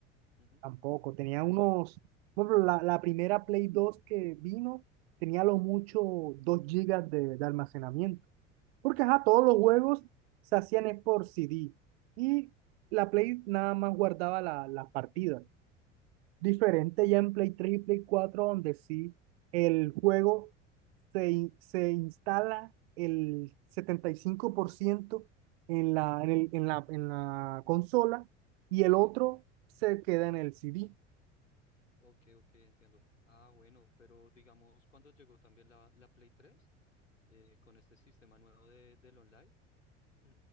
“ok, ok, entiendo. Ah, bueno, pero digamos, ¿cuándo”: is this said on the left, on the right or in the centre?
Left